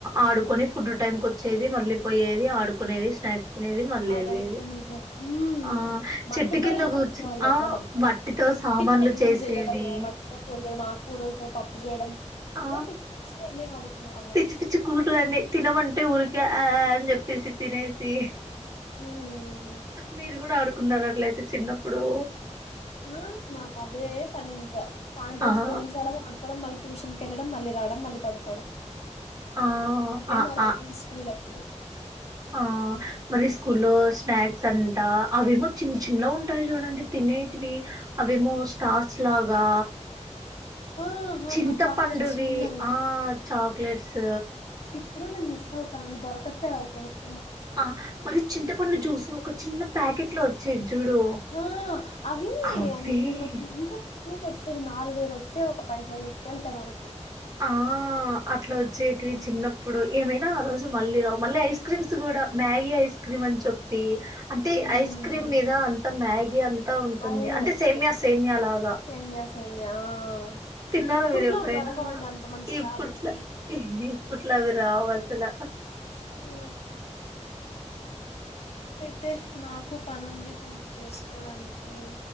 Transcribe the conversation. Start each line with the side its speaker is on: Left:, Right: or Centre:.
Right: ఆడుకొని ఫుడ్ టైంకి వచ్చేది. మళ్ళీ పోయేది ఆడు క్కునేది స్నాక్స్ తినేది మళ్ళీ
Left: అదైతే
Right: వెళ్ళేది
Left: నిజం హ్మ్
Right: ఆ
Left: మట్టితోనే
Right: చెట్టు కింద
Left: ఆడుకునే
Right: కూర్చుని
Left: వాళ్ళం.
Right: ఆ
Left: మనం
Right: మట్టితో సామాన్లు
Left: మట్టితో అన్నం
Right: చేసేవి
Left: చెయ్యాడము, మట్టితో కూర చెయ్యడం కూరలతో పప్పు చేయడం
Right: ఆ
Left: ఏదో పిచ్చి పిచ్చివన్నీ ఆడుకునేవాళ్ళం
Right: పిచ్చి పిచ్చి <unintelligible> తినమంటే ఊ ఆ అని చెప్పేసి తినేసి
Left: మ్మ్.
Right: మీరు కూడా ఆడుకున్నారు అట్లయితే చిన్నప్పుడు
Left: ఆ మా అదే పనింక సాయంత్రం
Right: ఆహా
Left: స్కూల్ నుంచి రావడమూ ఆడు <unintelligible> మళ్ళీ ట్యూషన్కి వెళ్ళడం మళ్ళీ రావడం మళ్ళీ పడుకోవడం
Right: ఆ
Left: ఇదే
Right: ఆ
Left: మా రొటీన్
Right: ఆ
Left: స్కూల్ ఇప్పుడు
Right: ఆ మరి స్కూల్లో స్నాక్ సంట అవేమో చిన్న చిన్న ఉంటాయి చూడండి తినేటివి అవేమో స్టార్స్ లాగా
Left: ఆ, ఆ,
Right: చింత
Left: ఆ, చాక్లెట్స్
Right: పండువి
Left: చిన్నవి
Right: ఆ చాక్లెట్స్
Left: <unintelligible> మిస్ అవుతానం దొరకటే <unintelligible>
Right: ఆ మరి చింతపండు జూసు ఒక చిన్న ప్యాకెట్ లో వచ్చేది చూడు
Left: హా అవి <unintelligible> <unintelligible>
Right: అవి
Left: కొచ్చేవి నాలుగైద వచ్చి ఒక పైసా తీసుకెళ్తే మనకి
Right: ఆ అట్లా వచ్చేటివి
Left: హ్మ్.
Right: చిన్నప్పుడు ఏమై ఆ రోజు మళ్ళీ రా మళ్ళీ ఐస్ క్రీమ్స్ కూడా మ్యాగీ ఐస్ క్రీమ్ అని చెప్పి అంటే
Left: హ్మ్.
Right: ఐస్ క్రీమ్ మీద అంత మ్యా అంతా ఉంటుంది
Left: అవును.
Right: అంటే సేమ్య సేమ్య లాగా
Left: సేమ్యా సేమ్యా ఆ!
Right: తిన్నారా
Left: ఇప్పట్లో
Right: మీర ఎప్పుడనా
Left: అవి దొరకవండి అంత మంచి
Right: <unintelligible>
Left: క్వాలిటీ.
Right: <unintelligible> రవ్వసాల
Left: ఆ! తే నాకు పని ఉంది కొంచెం చేస్ పోడానికి